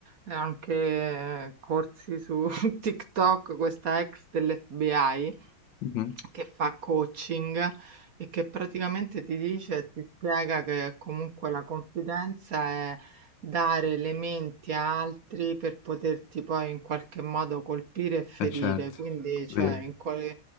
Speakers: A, on the right; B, on the left.
A: eh, anche eh, corsi su <laughs> TikTok, questa ex dell'FBI
B: Mhm.
A: che fa coaching e che praticamente ti dice, ti spiega che comunque la confidenza è dare elementi a altri per poterti poi in qualche modo colpire e ferire,
B: Eh certo,
A: quindi
B: vero,
A: cioè in quale